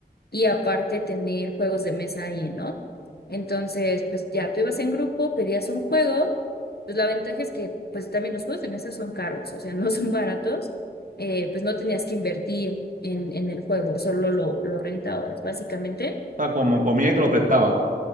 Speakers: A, on the left; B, on the right.
A: y aparte tener juegos de mesa ahí, ¿no? Entonces, pues ya tú ibas en grupo, pedías un juego, pues la ventaja es que pues también los juegos de mesa son caros, o sea, no son baratos, eh, pues no tenías que invertir en, en el juego, solo lo, lo rentabas, básicamente.
B: sea, como comía y te lo prestaban.